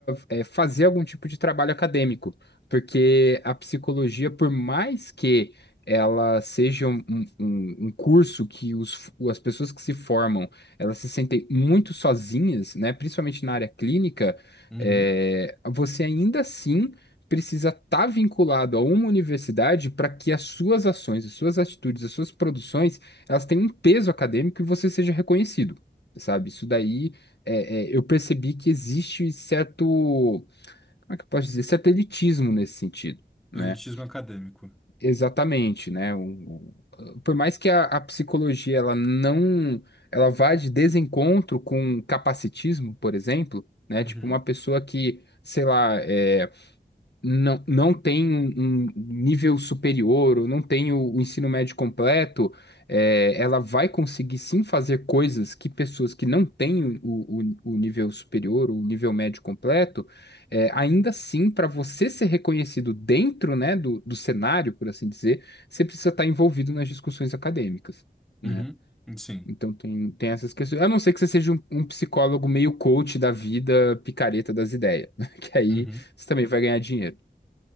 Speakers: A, on the left (about 70°); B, in the centre.
A: é, fazer algum tipo de trabalho acadêmico porque a psicologia, por mais que ela seja um, um- um- um curso que os, as pessoas que se formam, elas se sentem muito sozinhas, né? Principalmente na área clínica,
B: uhum.
A: é, você ainda assim precisa estar vinculado a uma universidade para que as suas ações, as suas atitudes, as suas produções, elas tenham um peso acadêmico e você seja reconhecido, sabe? Isso daí, é, é, eu percebi que existe certo como é que eu posso dizer, satelitismo nesse sentido, né?
B: elitismo acadêmico.
A: Exatamente, né? Um- um- por mais que a, a psicologia ela não, ela vá de desencontro com capacitismo, por exemplo, né?
B: Uhum,
A: Tipo uma pessoa que, sei lá, é, não, não tem um, um nível superior ou não tem o, o ensino médio completo, é, ela vai conseguir sim fazer coisas que pessoas que não têm o, o, o nível superior ou o nível médio completo, é, ainda assim, para você ser reconhecido dentro, né, do, do cenário, por assim dizer, você precisa estar envolvido nas discussões acadêmicas, né?
B: uhum, sim.
A: Então tem, tem essas questões. A não ser que você seja um, um psicólogo meio coach da vida, picareta das ideias, <laughs> que aí
B: Uhum.
A: você também vai ganhar dinheiro.